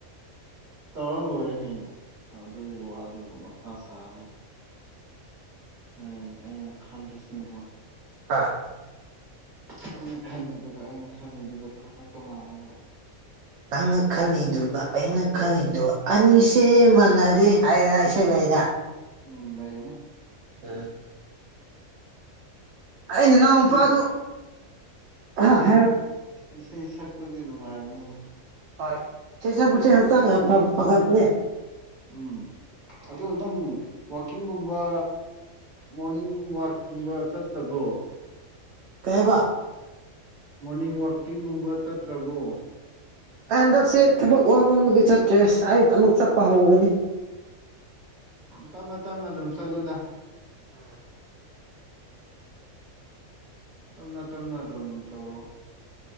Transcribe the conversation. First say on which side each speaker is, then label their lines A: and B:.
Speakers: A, on the right; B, on the right.
A: ꯇꯧꯔꯥ ꯂꯣꯏꯔꯦ ꯀꯩꯅꯣ ꯑꯗꯨꯒꯤ ꯋꯥꯗꯨꯕꯨ ꯃꯊꯥ ꯁꯥꯍꯜꯂꯦ ꯍ ꯑꯩꯅ ꯈꯜꯂꯤꯁꯤꯅꯀꯣ
B: ꯍꯥꯥ
A: ꯅꯪꯅ ꯈꯜꯂꯤꯗꯨꯒ ꯑꯩꯅ ꯈꯜꯂꯤꯗꯨꯒ ꯈꯔ ꯈꯔ ꯇꯣꯉꯜꯂꯦꯕ
B: ꯅꯪꯅ ꯈꯜꯂꯤꯗꯨꯒ ꯑꯩꯅ ꯈꯜꯂꯤꯗꯨꯒ ꯑꯅꯤꯁꯦ ꯃꯥꯟꯅꯔꯦ ꯍꯥꯏꯔ ꯏꯁꯩ ꯂꯩꯔ
A: ꯎꯝ ꯂꯩꯕꯅꯦ
B: <unintelligible> ꯑꯩꯅ ꯅꯅꯥꯎ
A: ꯏꯁꯩ
B: ꯅꯨꯄꯥꯗꯨ <unintelligible>
A: ꯏꯁꯩ ꯁꯛꯄꯗꯤ ꯅꯨꯡꯉꯥꯏꯕꯅꯤ
B: ꯍꯣꯏ ꯏꯁꯩ ꯁꯛꯄꯥꯁꯦ ꯍꯥꯛꯆꯥꯡ ꯌꯥꯝ ꯐꯥꯒꯠꯄꯥꯅꯦ
A: ꯎꯝ ꯑꯗꯣ ꯅꯪ ꯋꯥꯛꯀꯤꯡꯒꯨꯝꯕ ꯃꯣꯔꯅꯤꯡ ꯋꯥꯛꯀꯨꯝꯕ ꯆꯠꯇꯕ ꯔꯣ
B: ꯀꯩꯍꯥꯏꯕ
A: ꯃꯣꯔꯅꯤꯡ ꯋꯥꯛꯀꯤꯡꯒꯨꯝꯕ ꯆꯠꯇ꯭ꯔꯕꯣ
B: ꯑꯩ ꯍꯟꯗꯛꯁꯦ ꯊꯕꯛ ꯋꯥꯃꯝꯕꯒꯤ ꯆꯠꯇ꯭ꯔꯦ ꯑꯩ ꯑꯃꯨꯛ ꯆꯠꯄ ꯍꯧꯔꯅꯤ
A: ꯇꯞꯅ ꯇꯞꯅ ꯑꯗꯨꯝ ꯆꯠꯂꯨꯗ
B: <unintelligible>
A: ꯇꯞꯅ ꯇꯞꯅ ꯑꯗꯨꯝ ꯇꯧꯔꯣ